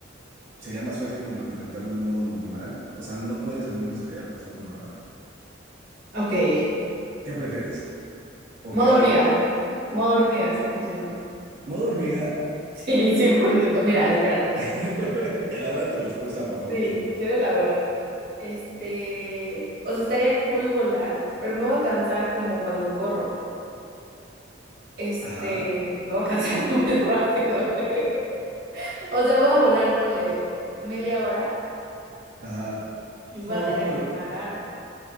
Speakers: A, on the right; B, on the right.
A: sería más fácil como enfrentarlo en modo normal, o sea, no puedes a menos de que haya pasado una hora.
B: Ok,
A: ¿Qué prefieres? ¿O
B: modo
A: qué harías?
B: hormiga, modo hormiga, 100%. <laughs>
A: ¿Modo hormiga?
B: Sí, 100%. Mira, espérate.
A: <laughs> Elabora tu respuesta, por favor,
B: Sí,
A: chula.
B: quiero elaborar. Este, o sea, estaría cool volar, pero me voy a cansar como cuando corro. Este,
A: Ajá,
B: me voy a cansar <laughs> muy rápido, güey. O sea, voy a volar, ponle media hora
A: ajá.
B: y voy
A: <laughs>
B: a tener
A: Ay,
B: que parar.